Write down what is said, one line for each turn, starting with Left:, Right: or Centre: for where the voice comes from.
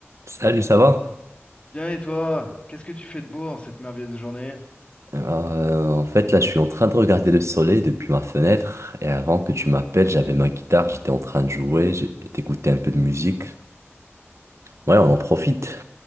Right: Salut, ça va?
Left: Bien et toi, qu'est-ce que tu fais de beau en cette merveilleuse journée?
Right: Alors, euh, en fait, là, je suis en train de regarder le soleil depuis ma fenêtre. Et avant que tu m'appelles, j'avais ma guitare, j'étais en train de jouer, j'ai- d'écouter un peu de musique. Ouais, on en profite.